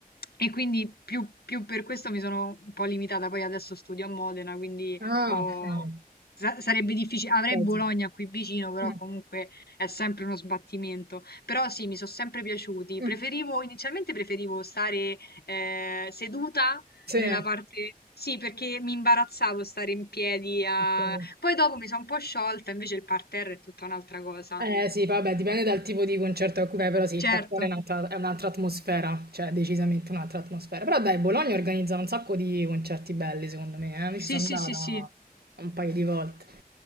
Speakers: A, on the left; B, on the right.
A: E, quindi più, più per questo mi sono un po' limitata. Poi adesso studio a Modena, quindi
B: Ah,
A: ho-
B: okay.
A: sa- sarebbe difficile. Avrei
B: Beh,
A: Bologna
B: sì.
A: qui vicino, però
B: Mh.
A: comunque è sempre uno sbattimento. Però sì, mi sono sempre piaciuti.
B: Mh.
A: Preferivo, inizialmente preferivo stare eh, seduta
B: Sì.
A: nella parte... Sì, perché mi imbarazzavo stare in piedi a
B: Okay.
A: poi dopo mi sono un po' sciolta, invece il parterre è tutta un'altra cosa.
B: Eh, sì, vabbè, dipende dal tipo di concerto a cui vai, però sì, il
A: Certo,
B: parterre è un'altra è un'altra atmosfera, cioè decisamente un'altra atmosfera. Però dai, Bologna organizza un sacco di concerti belli, secondo me, eh. Io
A: sì,
B: ci sono
A: sì,
B: andata
A: sì, sì,
B: un paio di volte,